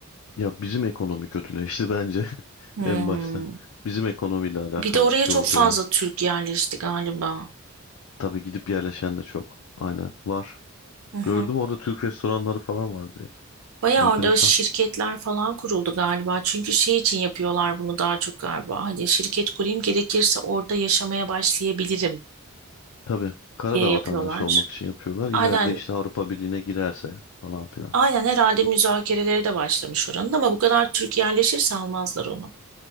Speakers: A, on the left; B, on the right.
A: Ya bizim ekonomi kötüleşti bence <laughs>
B: Hmm.
A: en başta. Bizim ekonomiyle alakalı
B: Bir de oraya
A: bir şey
B: çok
A: oldu
B: fazla
A: ya.
B: Türk yerleşti galiba.
A: Tabii gidip yerleşen de çok. Aynen var.
B: Hı hı.
A: Gördüm orada Türk restoranları falan var direkt.
B: Bayağı
A: Enteresan.
B: orada şirketler falan kuruldu galiba. Çünkü şey için yapıyorlar bunu daha çok galiba. Hani şirket kurayım gerekirse orada yaşamaya başlayabilirim
A: Tabii Karadağ
B: diye yapıyorlar.
A: vatandaşı olmak için yapıyorlar. İleride
B: Aynen,
A: işte Avrupa Birliği'ne girerse falan filan.
B: aynen herhalde müzakerelere de başlamış oranın ama bu kadar Türk yerleşirse almazlar onu.